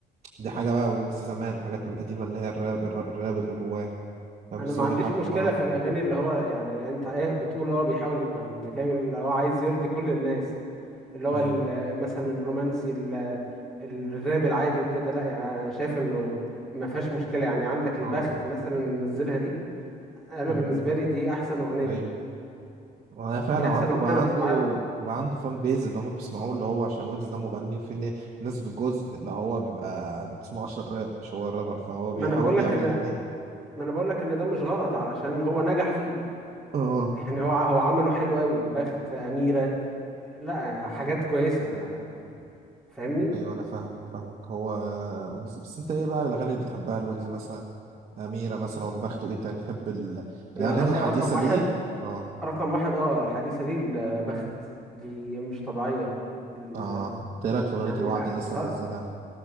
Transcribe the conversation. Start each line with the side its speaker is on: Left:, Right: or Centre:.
Right: دي حاجة بقى ويجز زمان حاجات من القديمة اللي هي الراب, الراب الراب اللي جواه فاهم
Centre: انا
Right: بس
Centre: ما
Right: هو
Centre: عنديش
Right: بيحاول
Centre: مشكله
Right: اه
Centre: في الاغاني اللي هو يعني انت إيه بتقول اه بيحاول يبقى متكامل اللي هو عايز يرضي كل الناس اللي هو
Right: ايوه
Centre: ال- مثلا الرومانسي ال- الراب العادي وكده لا يعني انا شايف انه ما فيهاش مشكله يعني عندك البخت
Right: اه
Centre: مثلا اللي نزلها دي انا
Right: مم.
Centre: بالنسبه لي دي احسن اغنيه
Right: ايوه وانا فعلا
Centre: دي احسن
Right: وعنده
Centre: اغنيه
Right: بقى
Centre: انا بسمعها
Right: عنده
Centre: له
Right: بقى عنده فان بيز اللي هم بيسمعوه اللي هو عشان ويجز ده مغني وفي ن- ناس بالجزء اللي هو بيبقى بتسمعه عشان الراب مش هو الرابر فهو بيحاول
Centre: ما انا بقول لك
Right: يعمل
Centre: ان
Right: الاتنين
Centre: ما انا بقول لك ان ده مش غلط علشان هو نجح فيه
Right: اه
Centre: <laughs> يعني هو هو عمله حلو قوي البخت اميره لا حاجات كويسه يعني فاهمني
Right: ايوه انا فاهمك فاهمك هو ويجز بس انت ايه بقى الاغاني اللي بتحبها لويجز مثلا اميره مثلا والبخت وايه تاني بتحب ال... الاغاني
Centre: انا رقم
Right: الحديثه
Centre: رقم واحد
Right: ليه اه
Centre: رقم واحد اه الحديثة دي البخت دي مش طبيعية ال...
Right: اه انت ايه رايك في اغنيه
Centre: يعني
Right: الوعد اللي
Centre: بصراحة
Right: لسه منزلها